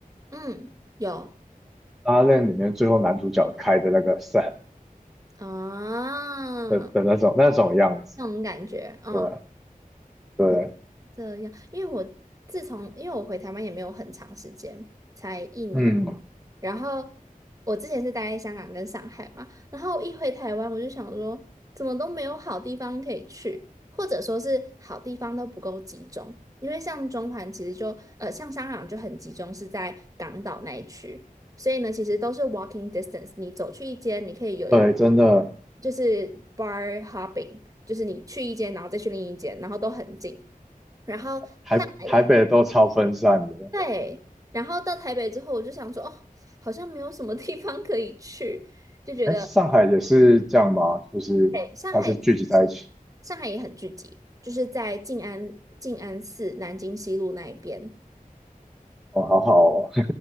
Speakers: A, on the right; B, in the centre.
A: 嗯，有
B: 拉 l a 里面最后男主角开的那个 set
A: 啊，
B: 的的那种那种样子，
A: 那种感觉，嗯。
B: 对对，
A: 也这样，因为我自从因为我回台湾也没有很长时间，才一年。
B: 嗯，
A: 然后我之前是待在香港跟上海嘛，然后一回台湾我就想说，怎么都没有好地方可以去，或者说是好地方都不够集中。因为像中环其实就呃，像香港就很集中，是在港岛那一区。所以呢，其实都是 walking distance。你走去一间，你可以有一
B: 对，真的
A: 就是 bar hopping，就是你去一间，然后再去另一间，然后都很近。然后上海的话，
B: 台台北都超分散的。
A: 对。然后到台北之后，我就想说，哦，好像没有什么地方可以去，就觉得，
B: 哎，上海也是这样吗？就是它是聚集在一起。
A: 对，上海其实上海也很聚集，就是在静安静安寺南京西路那一边，
B: 哦，好好哦，